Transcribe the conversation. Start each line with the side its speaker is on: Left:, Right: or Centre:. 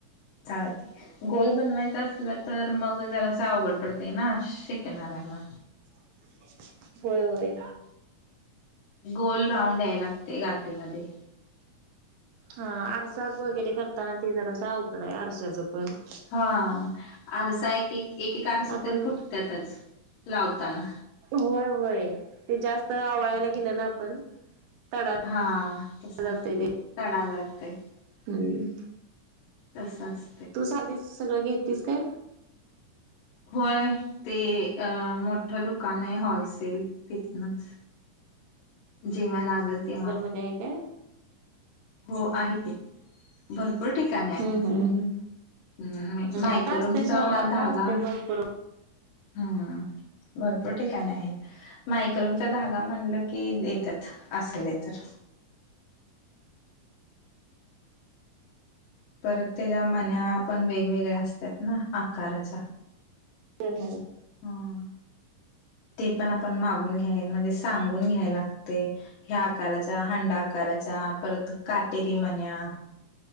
Left: चालत गोल बनवायच असल तर मग जरास अवघड पडतय ना शिकणाऱ्यांना.
Right: <inaudible> होय होय.
Left: गोल राऊंड याय लागतय गाटीमध्ये.
Right: हां आरसाक वगैरे करताना ते जरास अवघड आहे आरशाचं पण.
Left: हां आरसा एक एक एक एक आरसा
Right: आपण
Left: तरी फुटत्यातच. लावताना.
Right: होय होय ते जास्त आवळायला
Left: होय.
Right: गेलं ना आपण. तडा
Left: हा तस
Right: जातय ते
Left: तडा जातय.
Right: हम्म.
Left: तसाच.
Right: तू साधीस सगळं घेतीस काय?
Left: होय ते मोठं दुकान आहे होलसेल तिथनच. जेंव्हा लागल तेंव्हा.
Right: ते हाय काय?
Left: हो आहे की भरपूर ठिकाणी आहे.
Right: हम्म हम्म हम्म.
Left: हम्म म मायक्रोमचा
Right: आता असते स आता
Left: धागा
Right: असते भरपूर
Left: हम्म. भरपूर ठिकाणे आहेत. मायक्रोमचा धागा म्हणलं की देतात असलय तर. परत त्याच्या मन्या पण वेगवेगळ्या असतात ना आकाराच्या.
Right: हम्म हम्म.
Left: हम्म. ते पण आपण मागून घ्याय म्हणजे सांगून घ्याय लागतय. ह्या आकाराच्या, हांडा आकाराच्या, परत काटेरी मन्या.